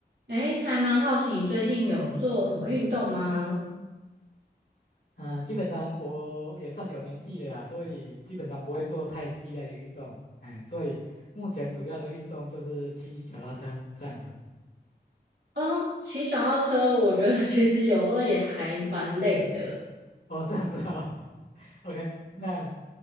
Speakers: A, on the right; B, on the left.
A: 诶，还蛮好奇你最近有做什么运动吗？
B: 嗯，基本上我也算有年纪了呀，所以基本上不会做太激烈的运动，哎，所以目前主要的运动就是骑骑脚踏车这样子。
A: 哦，骑脚踏车，我觉得 <laughs> 其实有时候也还蛮累的。
B: 哦，这样子哦 <laughs>，OK，那